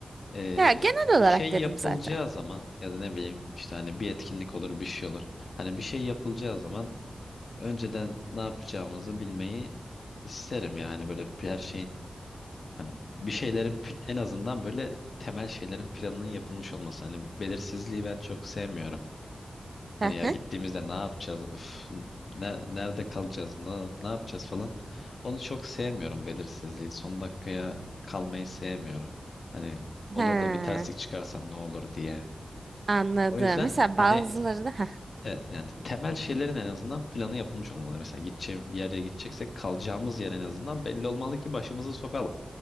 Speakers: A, on the left; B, on the right.
A: Ee,
B: Ya genel
A: bir
B: olarak
A: şey
B: dedim
A: yapılacağı
B: zaten.
A: zaman ya da ne bileyim işte hani bir etkinlik olur bir şey olur. Hani bir şey yapılacağı zaman önceden ne yapacağımızı bilmeyi isterim yani böyle bir- her şeyin hani bir şeylerin pl- en azından böyle temel şeylerin planının yapılmış olması. Hani belirsizliği ben çok sevmiyorum. Hani
B: Hı
A: ya
B: hı.
A: gittiğimizde ne yapacağız? Üf, ne- nerede kalacağız? Ne, ne yapacağız falan. Onu çok sevmiyorum belirsizliği. Son dakikaya kalmayı sevmiyorum. Hani olur
B: Ha,
A: da bir terslik çıkarsa ne olur diye.
B: anladım.
A: O yüzden
B: Mesela
A: hani
B: bazıları da ha.
A: evet yani temel şeylerin en azından planı yapılmış olmalı. Mesela gideceğim bir yere gideceksek kalacağımız yer en azından belli olmalı ki başımızı sokalım.